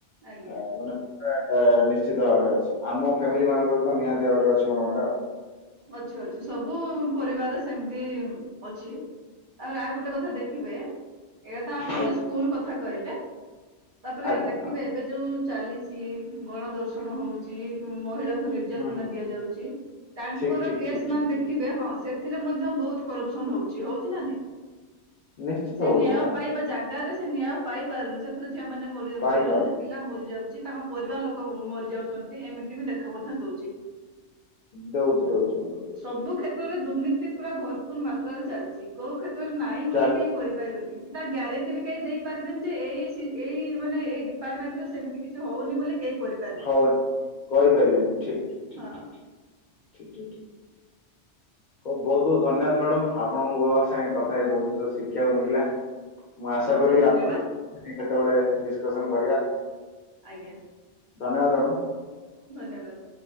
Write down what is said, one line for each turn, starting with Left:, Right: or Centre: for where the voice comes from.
Right: ଆଜ୍ଞା
Left: ଆ ମାନେ ପୁରା। ଆ ନିଶ୍ଚିତ ଭାବରେ ଅଛି ଆମ ଫ୍ୟାମିଲି ମାନଙ୍କରେ ତ ନିହାତି ଭାବରେ ଅଛି ମାଡ଼ାମ ଏଟା।
Right: ଅଛି ଅଛି ସବୁ ପରିବାରରେ ସେମତି ଅଛି ତାପରେ ଆଉ ଗୋଟେ କଥା ଦେ ଖିବେ ଏରା ତ ଆପଣ
Left: ଆଜ୍ଞା
Right: ତ ସ୍କୁଲ କଥା କହିଲେ ତାପରେ
Left: ଆଜ୍ଞା
Right: ଦେଖିବେ।
Left: ହଁ
Right: ଏବେ ଯୋଉ ଚାଲିଛି ଗଣ ଦର୍ଶନ ହଉଛି ମହିଳାଙ୍କୁ ନିର୍ଯାତନା
Left: ହୁଁ ହୁଁ
Right: ଦିଆଯାଉଛି। ତାଙ୍କର
Left: ଠିକ ଠିକ
Right: କେସ
Left: ଠିକ ଠିକ
Right: ମାନେ ଦେଖିବେ
Left: ଠିକ
Right: ହଁ ସେଥିରେ ମଧ୍ୟ ବହୁତ୍ କରପ୍ସନ ହଉଚି ହଉଚି ନା ନାଇଁ?
Left: ନିଶ୍ଚିତ
Right: ସେ
Left: ହଉଛି
Right: ନ୍ୟାୟ
Left: ମ୍ୟାଡାମ
Right: ପାଇବା ଜା ଗାରେ ସେ ନ୍ୟାୟ ପାଇପାରୁନି ସେଥିରେ ଝିଅ ମାନ ମରିଯାଉନ୍ତି
Left: ପାଇପାରୁ
Right: ନହେଲେ ସେ ପିଲ ମରିଯାଉଚି ତାଙ୍କ ପରିବାର ଲୋ କୋ ମରିଯାଉଚନ୍ତି ଏମିତି ବି ଦେଖା ମଧ୍ୟ ଦଉଚି।
Left: ଦଉଛି ଦଉଛି ମ୍ୟାଡାମ ଦଉଛି
Right: ସବୁ କ୍ଷେତ୍ରରେ ଦୁର୍ନୀତି ପୁରା ଭରପୁର ମାତ୍ରାରେ ଚାଲଚି। କୋଉ କ୍ଷେତ୍ରରେ ନାହିଁ ବୋଲି
Left: ଚାଲି
Right: କେହି କରିପାରିବେନି। କି ତା ଗ୍ୟାରେଣ୍ଟି ବି କେହି ଦେଇପାରିବେନି ଯେ ଏଇ ସି ଏଇ ମାନେ ଏଇ ଡିପାର୍ଟମେଣ୍ଟ ରେ ସେମିତି କିଛି ହଉନି ବୋଲି କେହି କହି
Left: ହଁ କହିପାରିବେନି ଠିକ୍। ଠିକ୍
Right: ହଁ
Left: ଠିକ୍ ଠିକ୍ ଠିକ୍ ଠିକ୍ ଠିକ୍ ହଉ ବହୁତ୍ ବହୁତ୍ ଧନ୍ୟବାଦ ମ୍ୟାଡାମ୍ ଆପଣଙ୍କ ସାଙ୍ଗେ କଥା ହେଇ ବହୁତ ଜିନିଷ ଶିଖିବାକୁ ମିଳିଲା। ମୁଁ ଆଶା
Right: ଆପଣଙ୍କୁ
Left: କରିବି
Right: ବି ଧନ୍ୟବାଦ
Left: <inaudible> କେତେବେଳେ ଡିସକସନ କରିବା।
Right: ଆଜ୍ଞା।
Left: ଧନ୍ୟବାଦ ଅଡମ୍।
Right: ଧନ୍ୟବାଦ।